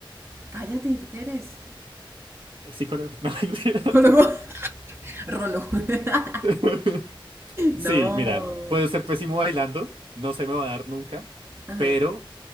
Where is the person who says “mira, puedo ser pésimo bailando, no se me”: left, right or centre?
Right